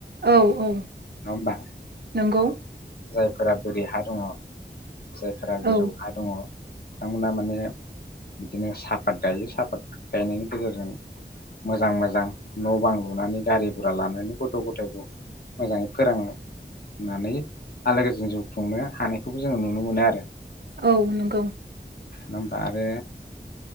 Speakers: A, on the right; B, on the left.
A: औ औ
B: नंआ होनबा?
A: नंगौ
B: जायफोरा बोरि हा दङ जायफोरा
A: औ
B: गोजौ हा दङ बिथांमोना माने बिदिनो साफात गायो साफात गायनायनि गेजेरजों मोजां मोजां न' बां लुनानै गारि गुरा लानानै गथ' गथायखौ मोजाङै फोरोंनो होननानै आलो गोजोन जिउ खुंनो हानायखौबो जोङो नुनो मोनो आरो।
A: औ नंगौ।
B: नङा होनबा आरो